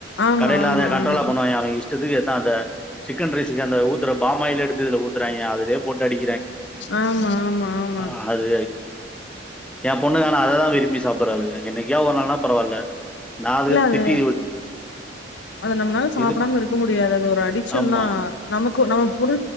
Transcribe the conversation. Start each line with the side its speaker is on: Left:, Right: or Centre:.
Left: ஆமா
Centre: கடைல
Left: ஆமா
Centre: அவங்க கண்ட்ரோலா
Left: ஆமா
Centre: பண்ணுவாங்க அவங்க இஷ் இஷ்டத்துக்கு என்னா அந்த சிக்கன் ரைஸக்கு அந்த ஊத்துற பாயில்லே எடுத்து இதுல ஊத்துறங்க அதுேலே போட்டு அடி
Left: ஆமா ஆமா ஆமா
Centre: ஆ அது ஏ பொண்ணுங்கானா அததான் விரும்பி சாப்பிடடுறாளுக என்னைக்கொ ஒரு நாள்னா பரவால்ல நா அதுக்கு
Left: இல்ல அது
Centre: திட்டி
Left: அது நம்மளால சாப்டாம
Centre: இது
Left: இருக்க முடியாது அது ஒரு அடிக்ஷன்
Centre: ஆமா
Left: தான் நமக்கும் நம்ம முரு